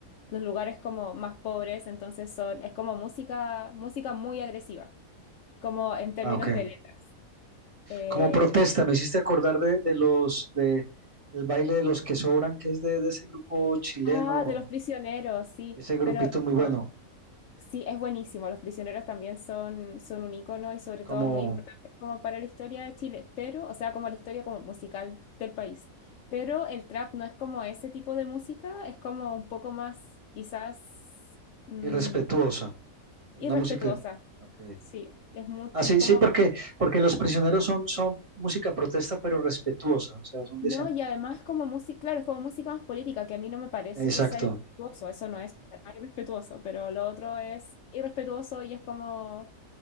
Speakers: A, on the left; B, on the right.
A: los lugares como más pobres, entonces son, es como música, música muy agresiva, como en términos
B: Ah, ok.
A: de letras. Eh,
B: Como protesta, me hiciste acordar de, de los, de el baile de los que sobran, que es de, de ese grupo chileno,
A: ah, de los prisioneros, sí,
B: ese grupito
A: pero
B: muy bueno,
A: no, Sí, es buenísimo. Los prisioneros también son, son un ícono y sobre
B: como
A: todo muy importantes como para la historia de Chile, pero, o sea, como la historia como musical del país. Pero el trap no es como ese tipo de música, es como un poco más quizás mm,
B: irrespetuosa. Una
A: irrespetuosa.
B: música. Okay.
A: Sí, es, mu-
B: Ah,
A: es
B: sí,
A: como,
B: sí, porque, porque los prisioneros son, son música protesta, pero respetuosa, o sea, son decentes.
A: no, y además como música, claro, es como música más política, que a mí no me parece
B: Exacto.
A: que sea irrespetuoso, eso no es para nada irrespetuoso, pero lo otro es irrespetuoso y es como...